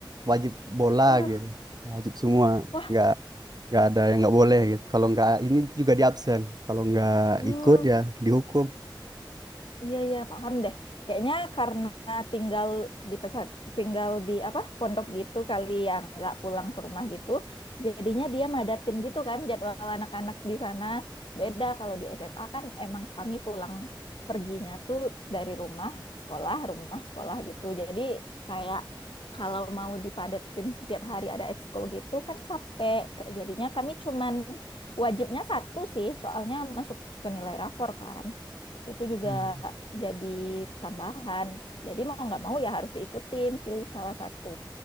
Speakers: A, on the right; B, on the left.
A: wajib bola
B: Waduh,
A: gitu wajib semua
B: wah,
A: nggak nggak ada yang nggak boleh gitu kalau nggak ini juga di absen kalau nggak
B: hmm,
A: ikut ya dihukum
B: Iya iya paham deh. Kayaknya karena tinggal di pesat tinggal di apa pondok gitu kali yang nggak pulang ke rumah gitu. Jadinya dia madatin gitu kan jadwal anak-anak di sana. Beda kalau di SMA kan emang kami pulang perginya tuh dari rumah sekolah rumah sekolah gitu. Jadi kayak kalau mau dipadetin tiap hari ada ekskul gitu kan capek. Jadinya kami cuman wajibnya satu sih soalnya masuk ke nilai rapor kan itu juga
A: Hmm.
B: jadi tambahan. Jadi mau nggak mau ya harus diikutin, pilih salah satu